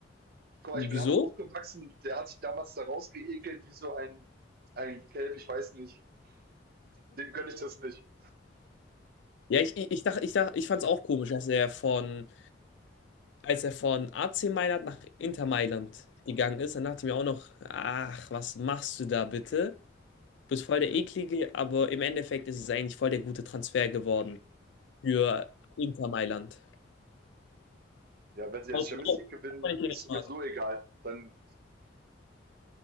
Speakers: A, on the right; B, on the left.
A: Guck
B: Wieso?
A: mal, ich bin in Hamburg aufgewachsen, der hat sich damals da rausgeekelt wie so ein, ein Kelb, ich weiß nicht. Dem gönn ich das nicht.
B: Ja, ich, ich, ich dachte, ich dachte, ich fand es auch komisch, dass er von, als er von AC Mailand nach Inter Mailand gegangen ist, dann dachte ich mir auch noch, ach, was machst du da bitte? Du bist voll der Eklige, aber im Endeffekt ist es eigentlich voll der gute Transfer geworden für Inter Mailand.
A: Ja, wenn sie jetzt
B: Auch,
A: Champions
B: auch
A: League gewinnen,
B: wenn ich ihn
A: ist
B: nicht
A: sowieso
B: mag.
A: egal. Dann,